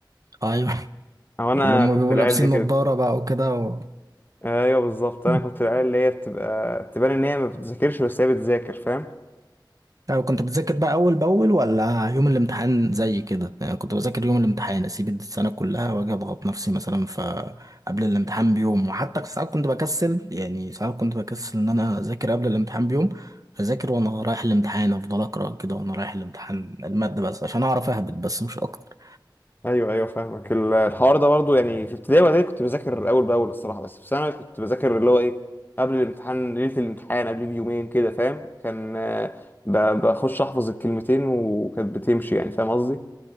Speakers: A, on the right; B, on the left.
A: ايوه
B: او انا
A: اللي هم
B: كنت
A: بيبقوا
B: العيال
A: لابسين
B: دي كده
A: نظارة بقى وكده و...
B: ايوه بالظبط
A: <laughs>
B: انا كنت العيال اللي هي بتبقى تبان ان هي ما بتذاكرش بس هي بتذاكر فاهم
A: يعني كنت بتذاكر بقى أول بأول ولا يوم الامتحان زي كده يعني كنت بذاكر يوم الامتحان أسيب السنة كلها وأجي أضغط نفسي مثلا فقبل الامتحان بيوم وحتى ساعات كنت بكسل يعني ساعات كنت بكسل إن أنا أذاكر قبل الامتحان بيوم أذاكر وأنا رايح الامتحان أفضل أقرأ كده وأنا رايح الامتحان المادة بس عشان أعرف أهبط بس مش أكتر
B: ايوه ايوه فاهمك ال- الحوار ده برضه يعني في ابتدائي واعدادي كنت بذاكر اول باول الصراحه بس في ثانوي كنت بذاكر اللي هو ايه قبل الامتحان ليله الامتحان قبل بيومين كده فاهم كان آه، ب- بخش احفظ الكلمتين وكانت بتمشي يعني فاهم قصدي